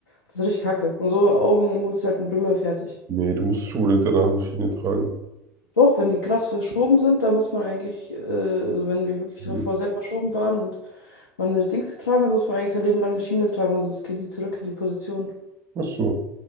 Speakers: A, on the left; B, on the right.
A: Das ist richtig kacke. Und so Augen holst du halt eine Brille fertig.
B: Nee, du musst schon unbedingt danach eine Schiene tragen.
A: Doch, wenn die krass verschoben sind, da muss man eigentlich, äh, also wenn die wirklich davor
B: Hm.
A: sehr verschoben waren und man eine Dings getragen hat, muss man eigentlich sein Leben lang eine Schiene tragen, weil sonst gehen die zurück in die Position.
B: Ach so.